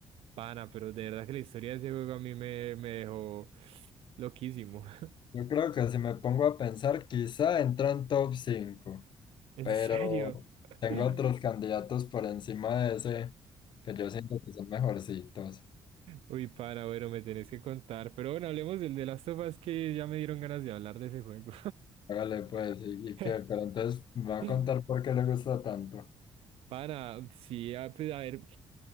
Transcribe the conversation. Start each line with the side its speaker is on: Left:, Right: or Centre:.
Right: Pana, pero de verdad que la historia de ese juego a mí me, me dejó loquísimo. <laughs>
Left: Yo creo que si me pongo a pensar, quizá entra en top cinco
Right: En
Left: pero
Right: serio.
Left: tengo
Right: <laughs>
Left: otros candidatos por encima de ese que yo siento que son mejorcitos.
Right: Uy, pana, bueno, me tenés que contar. Pero bueno, hablemos del de las of Us, que ya me dieron ganas de hablar de ese juego.
Left: Hágale pues, y, y qué,
Right: <laughs>
Left: pero entonces me va
Right: <laughs>
Left: a contar por qué le gusta tanto.
Right: Pana, sí, ah, pues a ver,